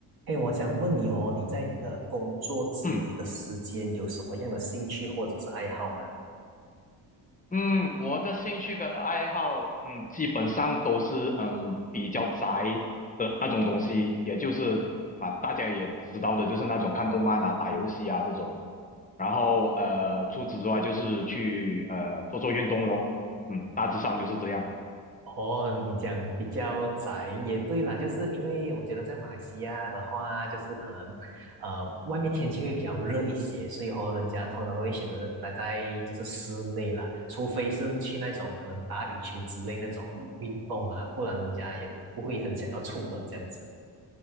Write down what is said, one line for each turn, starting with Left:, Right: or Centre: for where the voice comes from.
Right: 嘿，我想问你哦，你在你的工作之余的时间有什么样的兴趣或者是爱好吗？
Left: 嗯嗯，我的兴趣跟爱好，嗯，基本上都是嗯比较宅的那种东西，也就是啊大家也知道的，就是那种看动漫啊、打游戏啊这种。然后呃，除此之外就是去呃做做运动咯，嗯，大致上就是这样。
Right: 哦，你讲比较宅也对啦，就是因为我觉得在马来西亚的话，就是可能，呃，外面天气会比较热一些，所以和人家通常都会选择待在就是室内啦，除非是去那种可能打羽球之类那种运动啊，不然人家也不会很想要出门这样子。